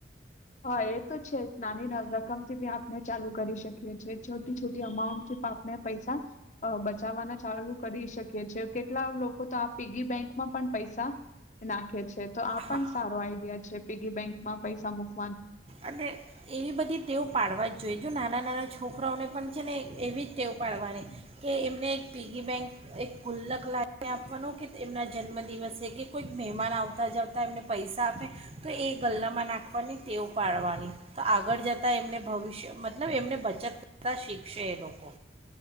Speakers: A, on the left (about 40°); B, on the right (about 30°).
A: હા એ તો છે નાની ના રકમથી બી આપણે ચાલુ કરી શકીએ છેએ છોટી છોટી અમાઉન્ટથી પણ આપણે પૈસા બચાવવાના ચાલુ કરી શકીએ છે કેટલા લોકો તો આ પીગી બેંકમાં પણ પૈસા નાખે છે. તો આ પણ
B: હા
A: સારો આઈડિયા છે પીગી બેંકમાં પૈસા મુક
B: અને એવી બધી તેઓ પાડવા જ જોઈજ નાના નાના છોકરાઓને પણ છે ને એવી જ ટેવ પાડવાની કે એમને એક પીગી બેંક એક ગુલ્લક લને આપવાનો કે એમના જન્મદિવસે કે કોઈક મહેમાન આવતા આવતા જતાં એમને પૈસા આપે તો એ ગલ્લામાં નાખવાની તેઓ ઉપાડવાની તો આગળ જતાં એમને ભવિષ્ય મતલબ એમને બચત કરતા શીખશે એ લોકો